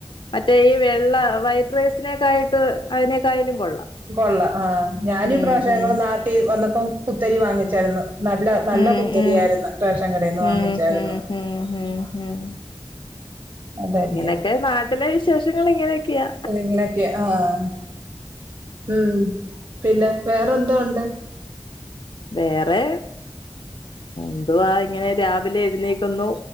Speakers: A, on the left; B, on the right.
A: മറ്റേ ഈ വെള്ള വൈറ്റ് റൈസിനേക്കായിട്ട് അതിനേക്കായും കൊള്ളാം.
B: കൊള്ള ആഹ് ഞാനും
A: ഉം
B: ഈ പ്രാവശ്യനങ്ങൾ
A: ഉം
B: നാട്ടി വന്നപ്പോം കുത്തരി വാങ്ങിച്ചായിരുന്നു നല്ല. നല്ല
A: ഉം
B: കുത്തരിയായിരുന്നു
A: ഉം
B: റേഷൻ കടേന്
A: ഉം
B: വാങ്ങിച്ചായിരുന്നു.
A: ഉം ഉം ഉം ഉം
B: അതരിയ
A: ഇങ്ങനെയൊക്കെ നാട്ടിലെ വിശേഷങ്ങൾ ഇങ്ങനെയൊക്കെയാ.
B: എങ്ങനെക്കെ ആഹ് ഉം പിന്നെ വേറെന്തോ ഉണ്ട്?
A: വേറെ ന്തുവാ ഇങ്ങനെ രാവിലെ എഴുന്നേക്കുന്നു.